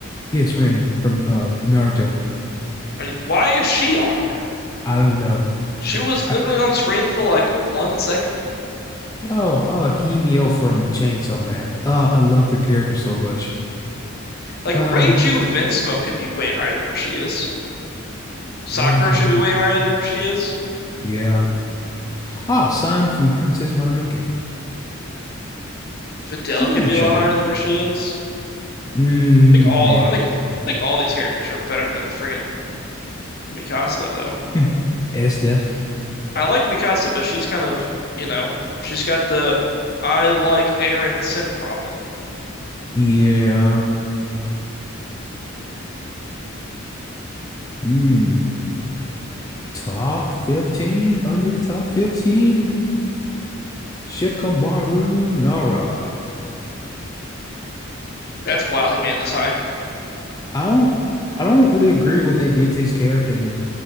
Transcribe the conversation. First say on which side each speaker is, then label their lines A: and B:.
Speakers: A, on the left (about 20°); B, on the left (about 50°).
A: Yes, Rin from uh Naruto.
B: are you, why is she on here?
A: I don't know.
B: She was literally
A: I,
B: on screen for like one second.
A: oh, oh, Himeo from Chainsaw Man. Oh, I love the character so much.
B: Like
A: Uh,
B: Reiju Vinsmoke could be way higher than where she is. Sakura
A: oh,
B: should be way higher than where she is.
A: yeah. Ah, San from Princess Mononoke.
B: Videl
A: She did
B: could
A: have
B: be a
A: short
B: lot higher
A: hair.
B: than where she is.
A: Mm,
B: think all
A: maybe.
B: I think I think all these characters are better than friggin' Mikasa though.
A: <laughs> S Def.
B: I like Mikasa, but she's kind of, you know, she's got the I like Aaron simp problem.
A: Yeah. Mm, top 15, under the top 15. Shikamaru Nara.
B: That's wild he made it this high.
A: I don't I don't really agree what they did to his character in